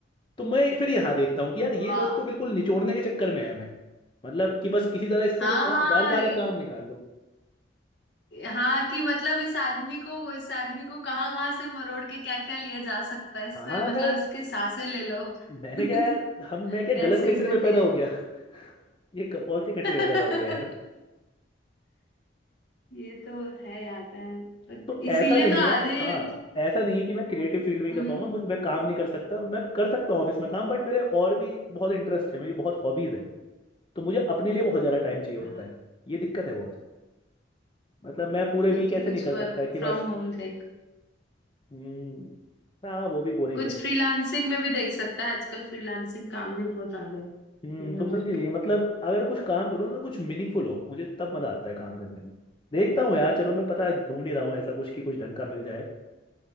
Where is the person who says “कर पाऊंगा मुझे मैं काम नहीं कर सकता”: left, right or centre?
Left